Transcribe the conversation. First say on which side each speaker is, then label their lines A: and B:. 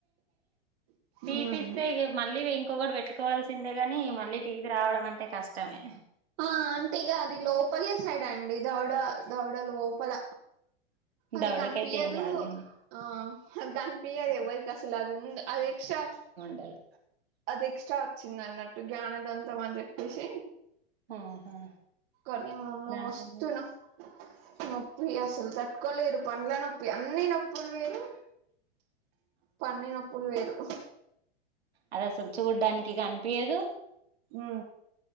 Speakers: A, on the right; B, on the right.
A: ఉహు
B: తీపిస్తే ఇగ మళ్ళీ వె ఇంకొగటి వె ట్టుకోవాల్సిందే గాని మళ్ళీ టీజ్డ్ రావడం అంటే కష్టమే
A: ఆ అంటే ఇగ అది లోపలి సైడండి దౌడ దౌడ లోపల అది
B: దవడకైతే
A: కన్పియ్య
B: ఏం
A: దు
B: కాదులేండి
A: ఆ గన్పియ్యద్ ఎవ్వరికి అసలు అది ఉందు అది ఎక్స్ట్రా
B: తాడు
A: అది ఎక్స్ట్రా వొచ్చింది అన్నట్టు జ్ఞాన దంతం అన్ జెప్పేసి
B: ఆహా
A: కానీ వోమ్మో
B: దాంతో
A: మస్తు నొ నొప్పి అస్సల్ దట్ కోలేరు పండ్ల నొప్పి అన్నీ నొప్ ప్పుల్ వేరు పన్ని నొప్పుల్ వేరు
B: అదస్సల్ చూడ్డానికి గన్పియ్యదు
A: ఉ